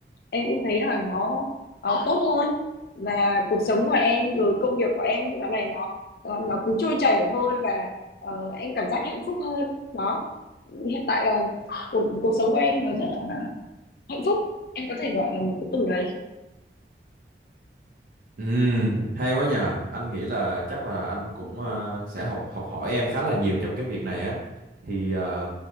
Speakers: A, on the left; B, on the right.
A: em cũng thấy là nó, nó tốt hơn và cuộc sống của em rồi công việc của em dạo này nó nó nó cứ trôi chảy thôi và ờ, em cảm giác hạnh phúc hơn đó hiện tại là cuộc, cuộc sống của em nó rất là hạnh phúc em có thể gọi là một cái từ đấy
B: Ừ, hay quá nhờ. Anh nghĩ là chắc là anh cũng ờ, sẽ học học hỏi em khá là nhiều trong cái việc này á. Thì ờ,